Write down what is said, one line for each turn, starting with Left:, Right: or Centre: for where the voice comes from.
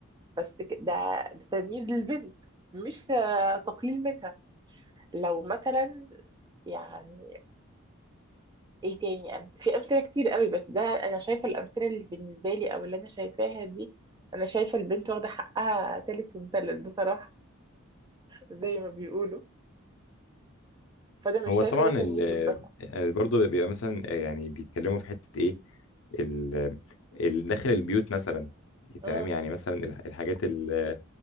Right: بس ك- ده ده تمييز للبنت مش آه، تقليل منها لو مثلا يعني ايه تاني أم... في امثله كتير قوي بس ده انا شايفه الامثله اللي بالنسبه لي او اللي انا شايفاها دي انا شايفه البنت واخده حقها تالت ومتلت بصراحه زي ما بيقولوا فده مش
Left: هو
Right: شايفه
Left: طبعا
Right: ده تمييز
Left: ال
Right: بالضخم
Left: آه، برضه بيبقى مثلا آه، يعني بيتكلموا في حتة ايه ال ال- داخل البيوت مثلا
Right: مم.
Left: تمام يعني مثلا الح- الحاجات ال-